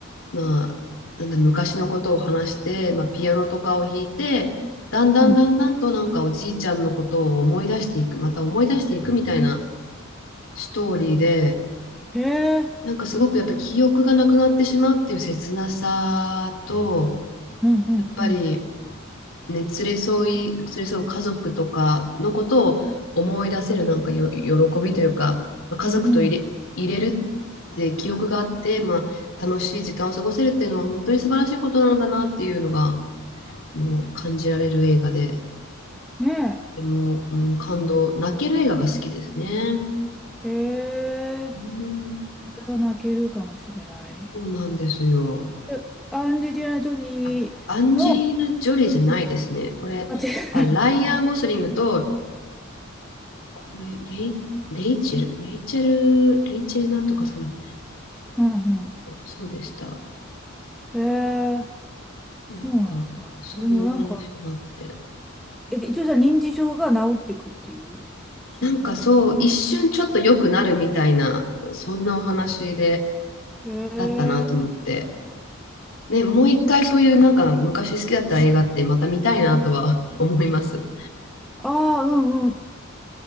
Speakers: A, on the left; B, in the centre.
A: まあ、なんだ昔のことを話して、まあ、ピアノとかを弾いて、だんだんだんだんとなんかおじいちゃんのことを思い出していく、
B: うん。
A: また思い出していくみたいなストーリーで、
B: へえ。
A: なんかすごくやっぱり記憶がなくなってしまうっていう切なさと、
B: うんうんうん。
A: やっぱり、ね、連れ添い、連れ添う家族とかのことを思い出せるなんかよ喜びというか、家族と入れ、
B: うん。
A: 入れるって記憶があって、まあ、楽しい時間を過ごせるっていうのは本当に素晴らしいことなんだなっていうのが、の感じられる映画で、
B: ね
A: でも、うん、感動、泣ける映画が好きですね。
B: え。へえ。
A: うん、
B: これは泣けるかもしれない。
A: そうなんですよ。
B: え、アンジェリーナ・ジョリーの、
A: あ、アンジェリーナ・ジョリーじゃないですね。これ、
B: あ、違う。
A: あ、ライアン・ゴスリングとこれ、レイ、レイチェル、レイチェル、レイチェルなんとかさん、
B: <laughs> うんう
A: そうでした。
B: ん。へえ、そうなんだ。
A: なんか、そういうお話があって。
B: でもなんか、え、一応じゃあ認知症が治っていくっていう、そういう話。
A: なんかそう、一瞬ちょっと良くなるみたいな、そんなお話で、
B: へえ。
A: だったなと思って。ね、もう一回そういうなんか昔好きだった映画ってまた見たいなとは思います。
B: ああ、うんうん。